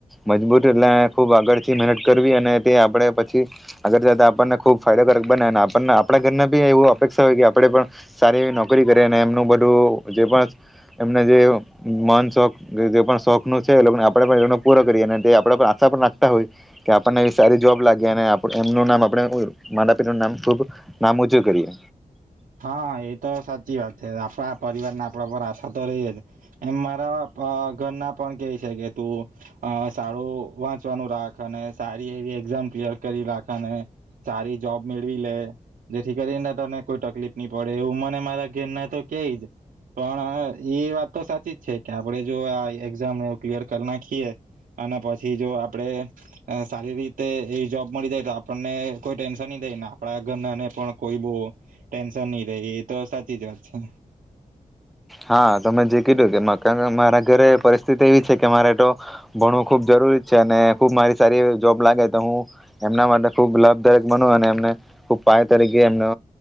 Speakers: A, in the centre; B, on the right (about 85°).
A: મજબૂત એટલે ખુબ આગળથી મહેનત કરવી અને તે આપડે પછી આગળ જતા આપણને ખુબ ફાયદાકારક બને. આપને આપણા ઘર બી એવું અપેક્ષા હોય કે આપણેે પણ સારી એવી નોકરી કરી, અને એમનું બધું જે પણ એમને જે મન શોખ જે પણ શોખનું છે. લોકો આપણે પૂરો કરીએ, અને આપ આશા પણ રાખતા હોય કે, આપણને એ સારી જોબ લાગી અને આપડ એમનું નામ આપણે માતા પિતાનું નામ ખૂબ નામ ઊંચું કરીએ.
B: હા એ તો સાચી વાત છે. આપણા પરિવારના આપણા પર આશા તો રહી જ એમ મારા પા ઘરના પણ કે છે, કે તું અહ સારું વાંચવાનું રાખ અને સારી એવી એક્ઝામ ક્લિયર કરી રાખે અને સારી જોબ મેળવી લે. જેથી કરીને તને કોઈ ટક કલીફ નહી પડે એવું મને મારા ઘેરના તો કેય જ પણ એ વાત તો સાચી જ છે કે આપડે જો આ એક્ઝામ એ ક્લિયર કરી નાખીએ અને પછી જો આપણેે અહ સારી રીતે એવી જોબ મળી જાય તો આપણને કોઈ ટેન્શન નહી દઈને આપણા ઘરનાને પણ કોઈ બોહ ટેન્શન નહી રે. એ તો સાચી જ વાત છે.
A: હા, તમે જે કીધું કે મકા મારા ઘરે પરિસ્થિતિ એવી છે કે, મારે તો ભણવું ખુબ જરૂરી જ છે અને ખુબ મારી સારી એવી જોબ લાગે, તો હું એમના માટે ખુબ લાભદાયક બનુ અને એમને ખુબ પાય તરીકે એમનો